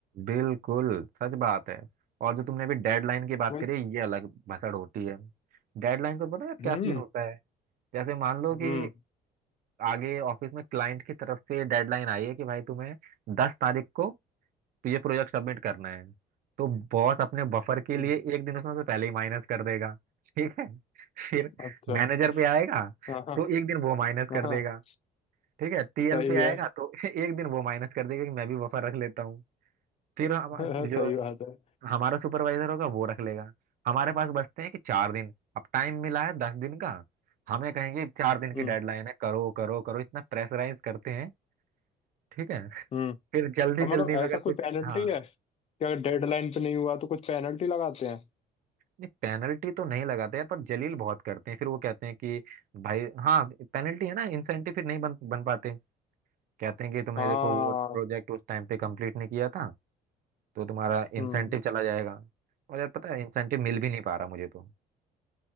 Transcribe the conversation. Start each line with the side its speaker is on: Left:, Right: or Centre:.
Right: बिल्कुल सच बात है और जो तुमने अभी डेडलाइन की बात
Left: वही
Right: करी ये अलग भसड़ होती है डेडलाइन को तो पता है क्या
Left: हम्म
Right: सीन होता है जैसे मान लो
Left: हम्म
Right: कि आगे ऑफिस में क्लाइंट की तरफ से डेडलाइन आई है कि भाई तुम्हें दस तारीख को ये प्रोजेक्ट सबमिट करना है तो बॉस अपने बफर के
Left: हम्म,
Right: लिए एक दिन उसमें से पहले ही माइनस कर देगा ठीक है फिर
Left: अच्छा
Right: मैनेजर पे आएगा
Left: हाँ हाँ
Right: तो एक दिन वो माइनस
Left: हाँ,
Right: कर देगा ठीक है टीएल
Left: सही
Right: पे
Left: है
Right: आएगा तो <laughs> एक दिन वो माइनस कर देगा कि मैं भी बफर रख लेता हूँ फिर हम
Left: <laughs>
Right: जो
Left: सही बात है
Right: हमारा सुपरवाइजर होगा वो रख लेगा हमारे पास बचते हैं कि चार दिन अब टाइम मिला है दस दिन का हमें कहेंगे चार दिन
Left: हम्म
Right: की डेडलाइन है करो करो करो इतना प्रेशराइज करते हैं ठीक है
Left: हम्म
Right: फिर जल्दी
Left: और मतलब
Right: जल्दी
Left: ऐसा
Right: में अगर
Left: कोई
Right: कुछ
Left: पेनल्टी
Right: हाँ
Left: है कि अगर डेडलाइन पे नहीं हुआ तो कुछ पेनल्टी लगाते हैं
Right: नहीं पेनल्टी तो नहीं लगाते हैं पर जलील बहुत करते हैं फिर वो कहते हैं कि भाई हाँ पेनल्टी है ना इंसेंटिव फिर नहीं बन बन पाते कहते हैं कि तुमने
Left: हाँ
Right: देखो वो प्रोजेक्ट उस टाइम पे कंप्लीट नहीं किया था तो तुम्हारा इंसेंटिव
Left: हम्म
Right: चला जाएगा और यार पता है इंसेंटिव मिल भी नहीं पा रहा मुझे तो